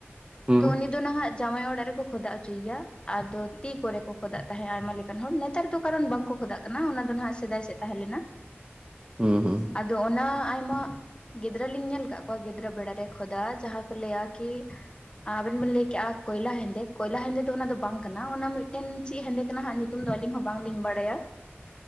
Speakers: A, on the right; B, on the left.
A: ᱦᱩᱸ
B: ᱛᱚ ᱩᱱᱤ ᱫᱚ ᱱᱟᱦᱟᱜ ᱡᱟᱢᱟᱭ ᱚᱲᱟᱜ ᱨᱮᱠᱚ ᱠᱷᱚᱫᱟ ᱦᱚᱪᱚᱭᱮᱭᱟ᱾ ᱟᱫᱚ ᱛᱤ ᱠᱚᱨᱮ ᱠᱚ ᱠᱷᱚᱫᱟᱜ ᱛᱟᱦᱮᱸᱫ ᱟᱭᱢᱟ ᱞᱮᱠᱟᱱ ᱦᱚᱲ ᱱᱮᱛᱟᱨ ᱫᱚ ᱠᱟᱨᱚᱱ ᱵᱟᱝᱠᱚ ᱠᱷᱚᱫᱟᱜ ᱠᱟᱱᱟ ᱚᱱᱟ ᱫᱚ ᱱᱟᱦᱟᱜ ᱥᱮᱫᱟᱭ ᱥᱮᱫ ᱛᱟᱦᱮᱸ ᱞᱮᱱᱟ᱾ <inaudible>
A: ᱦᱩᱸ ᱦᱩᱸᱦᱩᱸ᱾
B: ᱟᱫᱚ ᱚᱱᱟ ᱟᱭᱢᱟ ᱜᱤᱫᱽᱨᱟᱹ ᱞᱤᱧ ᱧᱮᱞ ᱟᱠᱟᱫ ᱠᱚᱣᱟ ᱜᱤᱫᱽᱨᱟᱹ ᱵᱮᱲᱟ ᱨᱮ ᱠᱷᱚᱫᱟ ᱡᱟᱦᱟᱸ ᱠᱚ ᱞᱟᱹᱭᱟ ᱟᱨᱠᱤ ᱟᱵᱮᱱ ᱵᱮᱱ ᱞᱟᱹᱭ ᱠᱮᱟ ᱠᱚᱭᱞᱟ ᱦᱮᱸᱫᱮ ᱠᱚᱭᱞᱟ ᱦᱮᱸᱫᱮ ᱫᱚ ᱚᱱᱟ ᱫᱚ ᱵᱟᱝ ᱠᱟᱱᱟ ᱾ ᱚᱱᱟ ᱢᱤᱫᱴᱮᱱ ᱪᱮᱫ ᱦᱮᱸᱫᱮ ᱠᱟᱱᱟ ᱦᱟᱜ ᱧᱩᱛᱩᱢ ᱫᱚ ᱟᱹᱞᱤᱧ ᱦᱚᱸ ᱵᱟᱝᱞᱤᱧ ᱵᱟᱲᱟᱭᱟ᱾